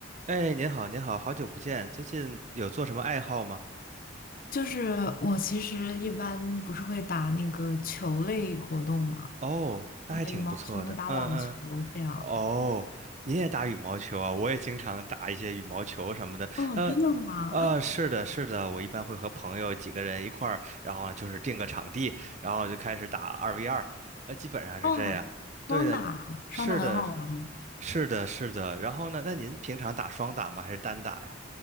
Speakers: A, on the right (about 35°); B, on the left (about 45°).
A: 哎，您好，您好，好久不见，最近有做什么爱好吗？
B: 就是我其实一般不是会打那个球类活动嘛，
A: 哦，那还挺不错的，
B: 打羽毛球和打网球这样。
A: 嗯嗯，哦，您也打羽毛球啊？我也经常打一些羽毛球什么的，
B: 哦，
A: 嗯，
B: 真的吗？
A: 呃，是的，是的，我一般会和朋友几个人一块儿，然后就是定个场地，然后就开始打二 v 二，呃，基本上是这样。
B: 哦，
A: 对的，
B: 双打，双打很好玩。
A: 是的，是是的，是的。然后呢？那您平常打双打吗？还是单打呀？